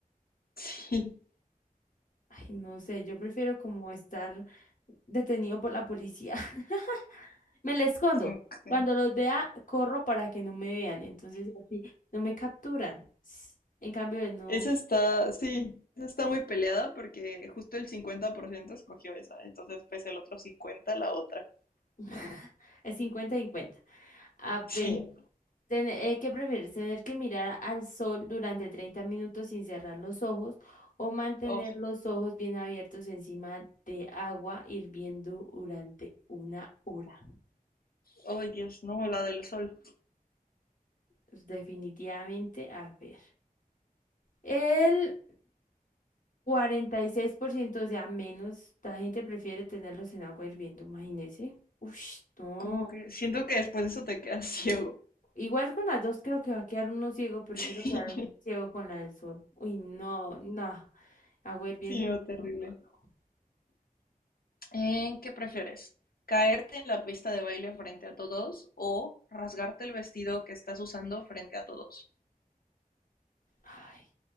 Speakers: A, on the left (about 80°); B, on the left (about 60°).
A: Sí.
B: Ay, no sé, yo prefiero como estar detenido por la policía. <laughs> Me la escondo.
A: Ok.
B: Cuando los vea, corro para que no me vean. Entonces, así no me capturan. S- En cambio, de no.
A: Esa está, sí, esa está muy peleada porque justo el 50% escogió esa, entonces pues el otro cincuenta la otra.
B: <laughs> Es 50 cincuenta. A ver,
A: Sí.
B: ten- eh, ¿qué prefieres? ¿Tener que mirar al sol durante 30 minutos sin cerrar los ojos o mantener
A: Oh,
B: los ojos bien abiertos encima de agua hirviendo durante una hora?
A: oh Dios, no, la del sol.
B: Pues, Definitivamente, a ver. El 46%, o sea, menos, la gente prefiere tenerlos en agua hirviendo, imagínese. Ush, no.
A: ¿Cómo que? Siento que después de eso te quedas ciego. <laughs>
B: Igual con las dos creo que va a quedar uno ciego, prefiero
A: Sí,
B: quedar ciego con la del sol. Uy, no, no. Agua hirviendo,
A: sí, no, terrible.
B: no, no, no.
A: ¿En qué prefieres? ¿Caerte en la pista de baile frente a todos o rasgarte el vestido que estás usando frente a todos? <laughs>
B: Ay,